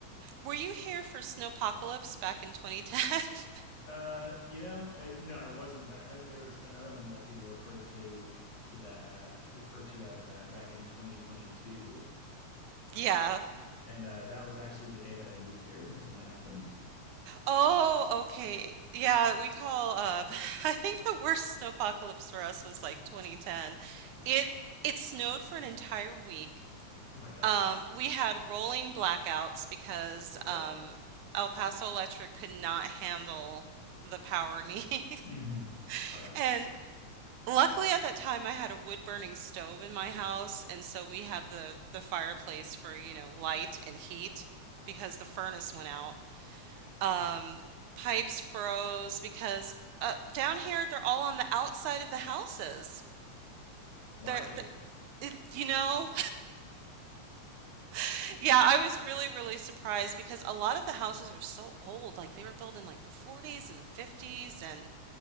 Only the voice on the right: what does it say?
Were you here for Snowpocalypse back in 2010? <laughs>
Yeah.
Oh, okay. Yeah, we call uh <laughs> I think the worst snowpocalypse for us was like 2010. It it snowed for an entire week.
Um we had rolling blackouts because
um El Paso Electric could not handle the power needs.
<laughs>
And Luckily, at that time, I had a wood burning stove in my house, and so we had the the fireplace for, you know, light and heat because the furnace went out. Um, pipes froze because uh, down here they're all on the outside of the houses.
They're, th-
it, you know, <laughs> yeah, I was really, really surprised because a lot of the houses are so old. Like they were built in like the 40s and the 50s, and